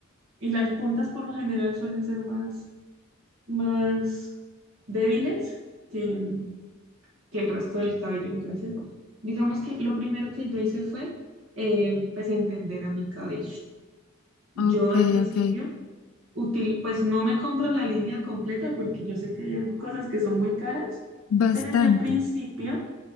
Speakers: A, on the right; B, on the left.
A: y las puntas por lo general suelen ser más, más débiles que, que el resto del cabello. Entonces, digamos que lo primero que yo hice fue, eh, pues, entender a mi cabello. Yo
B: Ok,
A: al principio
B: ok.
A: Útil, pues no me compro la línea completa porque yo sé que hay cosas que son muy caras,
B: Bastante.
A: pero yo al principio,